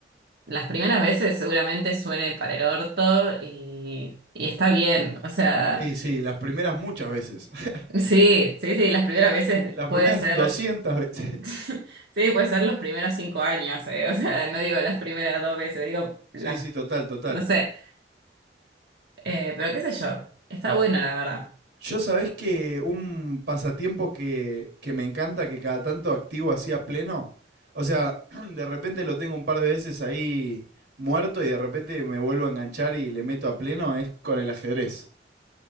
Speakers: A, on the right (about 65°); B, on the right (about 80°).
A: las primeras veces seguramente suene para el orto y, y está bien, o sea,
B: Sí, sí, las primeras muchas veces. <laughs>
A: <laughs> sí, sí, sí, las primeras veces
B: Las primeras
A: puede ser
B: 200 veces.
A: <laughs>
B: <laughs>
A: Sí, puede ser los primeros cinco años, eh, O sea, no digo las primeras dos veces, digo
B: Sí,
A: las,
B: sí, total, total.
A: no sé, Eh, pero qué sé yo, está bueno la verdad.
B: Yo sabés que un pasatiempo que, que me encanta, que cada tanto activo así a pleno, o sea, <clears throat> de repente lo tengo un par de veces ahí muerto y de repente me vuelvo a enganchar y le meto a pleno, es con el ajedrez.